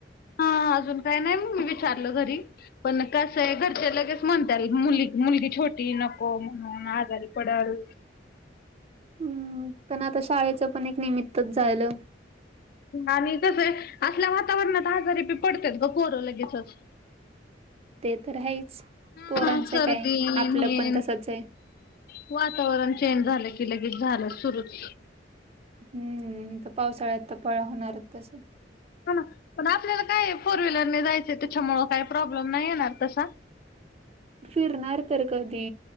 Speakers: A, on the left; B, on the right.
A: हा अजून काय नाही म मी विचारल घरी. पण कसं य घरचे लगेच म्हणत्याल, मुली मुलगी छोटी नको म्हणून आजारी पडल.
B: हू म्म पण आता शाळेचं पण, एक निमित्तच झायलं.
A: आणि कसं य असल्या वातावरणात, आजारी बी पडत्यात ग पोरं लगेचच.
B: ते तर हाइच,
A: हा
B: पोरांचं
A: सर्दी
B: काय आपलं
A: हे
B: पण तसच हाय.
A: वातावरण चेंज झालं की, लगेच झालं सुरूच.
B: हम्म तर पावसाळ्यात तर पळा होणारच तसं.
A: हा ना, पण आपल्याला काय फोर व्हीलरने जायचं त्याच्यामुळं काही प्रॉब्लेम नाही येणार तसा.
B: फिरणार तर कधी?